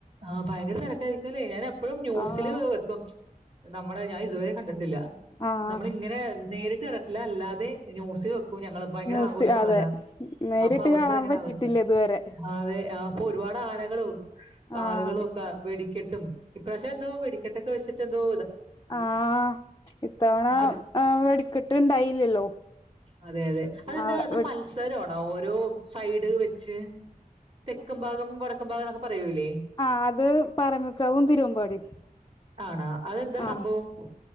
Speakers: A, on the right; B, on the left.
A: ആ ഭയങ്കര തിരക്കായിരിക്കും അല്ലേ ഞാൻ എപ്പോഴും ന്യൂസില്
B: ആഹ്
A: വെക്കും നമ്മുടെ ഞാൻ ഇതുവരെ ട്ടില്ല
B: ആഹ്
A: നമ്മൾ ഇങ്ങനെ നേരിട്ട് കണ്ടിട്ടില്ല അല്ലാതെ ന്യൂസിൽ വെ ക്കും ഞങ്ങള് ഭയങ്കര
B: ന്യൂസ്
A: ആഘോഷമാണല്ലോ
B: അതെ നേരിട്ട്
A: അപ്പൊ അവിടുത്തെ
B: കാണാൻ
A: ഭയങ്കര
B: പറ്റിട്ടില്ല
A: ആഘോഷ
B: ഇതുവരെ
A: അതെ അപ്പൊ ഒരുപാട് ആനകളും
B: ആഹ്
A: ആളുകളും ഒക്കെ വെടിക്കെട്ടും ഇപ്രാവശ്യാം എന്തോ വെടിക്കട്ടൊക്കെ വച് ച്ചെന്തോ
B: ആ ഇത്തവണ
A: അത്
B: വെടിക്കെട്ട് ഇണ്ടായില്ലല്ലോ
A: അതെ അതെ അതെന്താ
B: ആ
A: അത്
B: വെടിക്കെ
A: മത്സരമാണോ ഓരോ സൈഡ് വെച്ച് തെക്കും ഭാഗം വടക്കും ഭാഗം എന്നൊക്കെ പറയൂല്ലേ
B: ആ അത് പറമിക്കാവും തിരുവമ്പാടിം
A: ആണോ അതെന്താ
B: ആ
A: സംഭവം